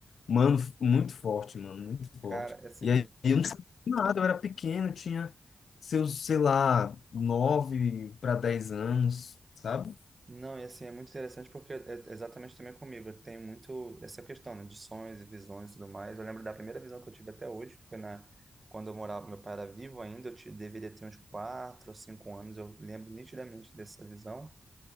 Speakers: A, on the left (about 75°); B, on the right (about 35°).
A: Mano, f- muito forte, mano, muito forte.
B: Cara, assim,
A: E aí eu não sabia nada, eu era pequeno, eu tinha seus, sei lá, nove para dez anos, sabe?
B: Não, e assim, é muito interessante porque é é exatamente também comigo. Eu tenho muito essa questão, né, de sonhos e visões e tudo mais. Eu lembro da primeira visão que eu tive até hoje, que foi na, quando eu morava, meu pai era vivo ainda, eu ti- deveria ter uns quatro ou cinco anos, eu lembro nitidamente dessa visão.